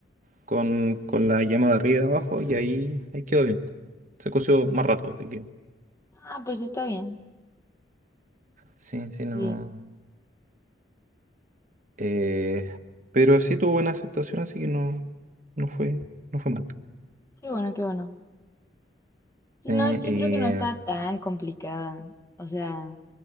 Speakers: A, on the right; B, on the left.
A: con, con la llama de arriba y de abajo y ahí, ahí quedó bien. Se coció más rato. así que-
B: Ah, pues está bien.
A: Sí, sí, no.
B: Sí,
A: eh, pero sí tuvo buena aceptación, así que no, no fue, no fue mal.
B: qué bueno, qué bueno. Sí,
A: Eh,
B: no, es que
A: eh,
B: creo que no está tan complicada. O sea,